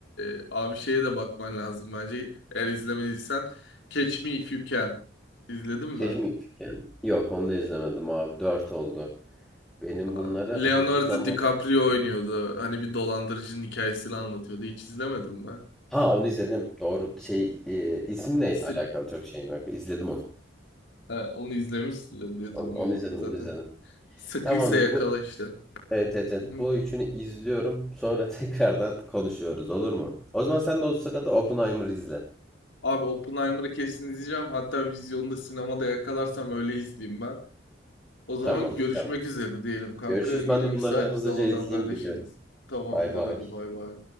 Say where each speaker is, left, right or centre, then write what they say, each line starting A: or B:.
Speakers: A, on the left; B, in the centre.
A: e, abi şeye de bakman lazım bence. Eğer izlemediysen Catch Me If You Can. İzledin mi?
B: Keşke mi Figen? Yok onu da izlemedim abi. dört oldu. Benim
A: Abi,
B: bunlara hızlı
A: Leonardo
B: zaman...
A: DiCaprio oynuyordu. Hani bir dolandırıcının hikayesini anlatıyordu. Hiç izlemedim ben.
B: Ha onu izledim. Doğru. Şey e, isimle
A: E, sık-
B: alakalı çok şeyim yok. İzledim onu.
A: Ha, onu izlemişsindir diye
B: Onu,
A: tahmin
B: onu
A: ettim
B: izledim
A: zaten.
B: onu izledim.
A: Sıkıysa
B: Tamamdır
A: yakala
B: bu.
A: işte.
B: Evet, evet, evet.
A: Hı hı.
B: Bu üçünü izliyorum. Sonra <laughs> tekrardan konuşuyoruz olur mu? O zaman sen de o sırada Oppenheimer izle.
A: Abi Oppenheimer'ı kesin izleyeceğim. Hatta vizyonda sinemada yakalarsam öyle izleyeyim ben. O zaman
B: Tamam.
A: görüşmek
B: Tamam.
A: üzere diyelim kanka.
B: Görüşürüz.
A: Yine
B: Ben de
A: müsait
B: bunlara hızlıca
A: bir zamanda
B: izleyeyim
A: haberleşiriz.
B: gidiyorum.
A: Tamamdır
B: Bay bay.
A: hadi bay bay.